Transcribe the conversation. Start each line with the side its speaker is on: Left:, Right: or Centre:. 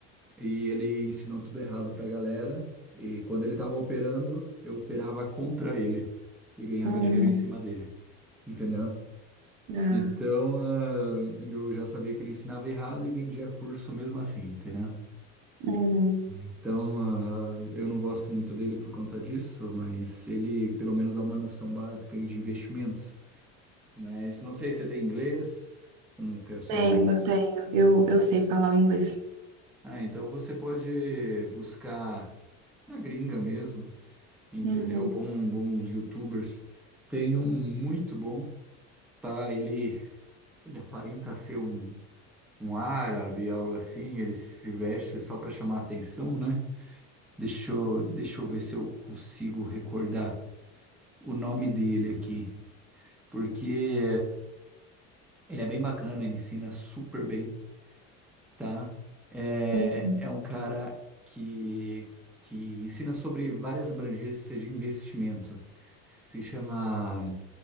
Centre: e ele ensinou tudo errado pra galera. E quando ele tava operando, eu operava contra ele e ganhava
Right: Uhum.
Centre: dinheiro em cima dele. entendeu?
Right: Ah,
Centre: Então, ah, eu já sabia que ele ensinava errado e vendia curso mesmo assim, entendeu?
Right: uhum.
Centre: Então, ah, eu não gosto muito dele por conta disso, mas ele pelo menos dá uma noção básica aí de investimentos. Mas não sei se você tem inglês. Como que é o seu
Right: Tenho,
Centre: inglês?
Right: tenho. Eu, eu sei falar o inglês.
Centre: Ah, então você pode buscar na gringa mesmo, entendeu?
Right: Uhum.
Centre: Bom, bons YouTubers. Tem um muito bom, tá? Ele, ele aparenta ser um. um árabe, algo assim, ele se veste só para chamar atenção, né? Deixa eu, deixa eu ver se eu consigo recordar o nome dele aqui, porque ele é bem bacana, ele ensina super bem, tá? É,
Right: Uhum.
Centre: é um cara que, que ensina sobre várias abrangências de investimento. Se chama